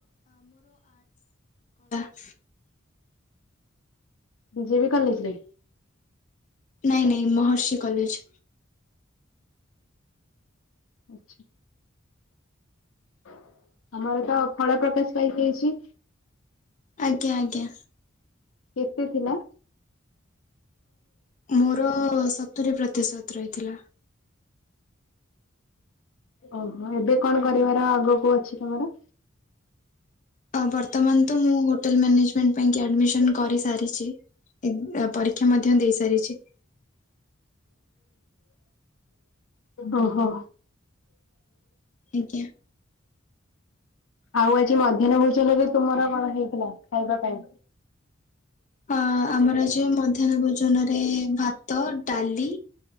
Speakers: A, on the left; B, on the left.
A: ଚ
B: ବି ଜେ ବି କଲେଜ୍ ରେ?
A: ନାଇଁ ନାଇଁ ମହର୍ଷି କଲେଜ୍।
B: ଆଚ୍ଛା। ତମର ତ ଫଳ ପ୍ରକାଶ ପାଇ ଯାଇଛି?
A: ଆଜ୍ଞା ଆଜ୍ଞା।
B: କେତେ ଥିଲା?
A: ମୋର ସତୁରୀ ପ୍ରତିଶତ ରହିଥିଲା।
B: ଓହୋ। ଏବେ କଣ କରିବାର ଆଗକୁ ଅଛି ତମର?
A: ବର୍ତ୍ତମାନ ତ ମୁଁ ହୋଟେଲ ମ୍ୟାନେଜମେଣ୍ଟ ପାଇଁ କି ଆଡମିଶନ୍ କରି ସାରିଚି। ଏଗ୍ ପରୀକ୍ଷା ମଧ୍ୟ ଦେଇ ସାରିଛି।
B: ଓହୋ।
A: ଆଜ୍ଞା।
B: ଆଉ ଆଜି ମଧ୍ୟାହ୍ନ ଭୋଜନରେ ତୁମର କଣ ହେଇଥିଲା ଖାଇବା ପାଇଁ?
A: ଆ-ଆମର ଯେ ମଧ୍ୟାହ୍ନ ଭୋଜନରେ ଭାତ, ଡାଲି